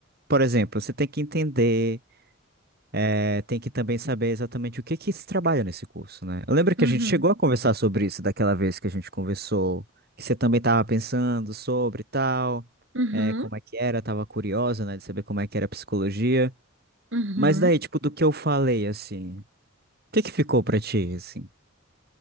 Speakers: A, on the right; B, on the right.
A: por exemplo, você tem que entender, eh, tem que também saber exatamente o que que se trabalha nesse curso, né? Eu lembro que
B: Uhum,
A: a gente chegou a conversar sobre isso daquela vez que a gente conversou, que você também estava pensando sobre e tal,
B: uhum,
A: eh, como é que era, estava curiosa, né, de saber como é que era a psicologia.
B: uhum.
A: Mas daí, tipo, do que eu falei, assim, o que que ficou pra ti, assim?